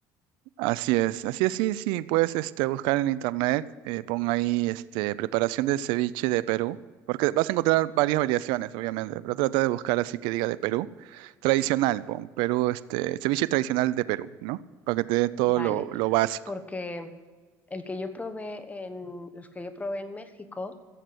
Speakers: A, on the right; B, on the left.
A: Así es, así es, sí, sí, puedes este, buscar en internet, eh, pon ahí este, preparación de ceviche de Perú, porque vas a encontrar varias variaciones, obviamente, pero trata de buscar así que diga de Perú, tradicional, pon Perú, este, ceviche tradicional de Perú, ¿no? Para que te dé todo
B: Vale,
A: lo, lo básico,
B: porque el que yo probé en, los que yo probé en México